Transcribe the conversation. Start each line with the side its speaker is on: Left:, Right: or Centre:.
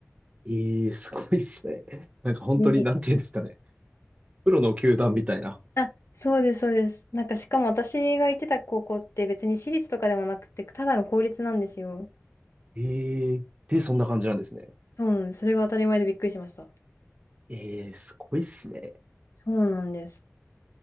Right: ええすごいっすね。なんか本当に、
Left: に
Right: なんていうんですかね。プロの球団みたいな。
Left: あ、そうです、そうです。なんか、しかも私が行ってた高校って別に私立とかでもなくて、ただの公立なんですよ。
Right: ええで、そんな感じなんですね。
Left: そうなんです。それが当たり前でびっくりしました。
Right: ええすごいっすね。
Left: そうなんです。